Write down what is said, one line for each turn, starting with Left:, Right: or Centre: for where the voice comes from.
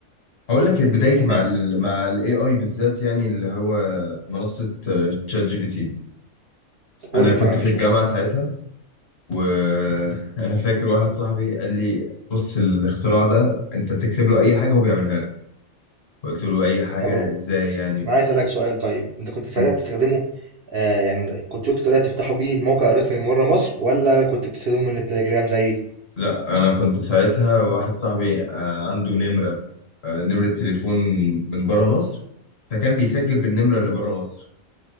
Left: هقول لك بدايتي
Right: تمام
Left: مع ال مع الاي اي بالذات يعني اللي هو منصة آه، تشات جي بي تي
Right: قول
Left: انا
Right: لي تمام
Left: كنت
Right: مفيش
Left: في الجامعة
Right: مشكله
Left: ساعتها وانا <laughs> فاكر واحد صاحبي قال لي بص الاختراع ده انت تكتب له اي حاجة هو بيعملها لك قلت له اي حاجة
Right: طب
Left: ازاي يعني
Right: انا عايز اسالك سؤال طيب انت كنت ساعتها
Left: م.
Right: بتستخدمه آه يعني كنت شفت طريقه تفتحوا بيه الموقع الرسمي من بره مصر ولا كنت بتستخدمه من التليجرام زي
Left: لا انا كنت ساعتها واحد صاحبي آه، عنده نمرة آه، نمرة تليفون من بره مصر فكان بيسجل بالنمرة اللي بره مصر